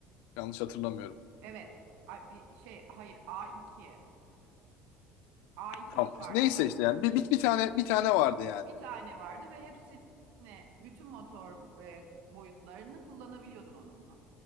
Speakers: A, on the left; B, on the right.
A: Yanlış hatırlamıyorum.
B: Evet A- bir şey hayır A2 A2
A: Tamam.
B: vardı
A: Neyse
B: sadece.
A: işte yani bir, bir, bir tane bir tane vardı yani.
B: Bir tane vardı ve hepsini bütün motor e, boyutlarını kullanabiliyordun onunla.